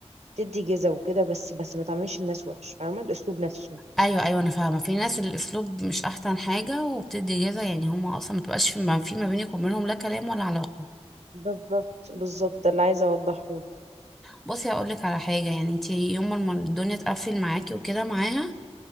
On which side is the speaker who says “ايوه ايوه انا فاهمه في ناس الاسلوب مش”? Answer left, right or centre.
Centre